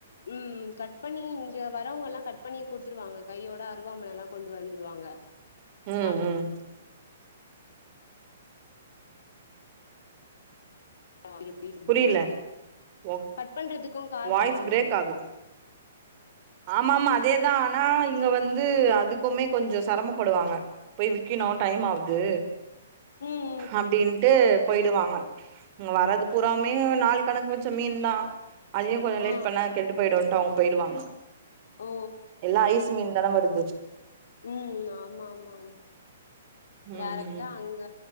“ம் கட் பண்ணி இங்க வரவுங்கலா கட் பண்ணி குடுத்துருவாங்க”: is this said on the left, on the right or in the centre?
Left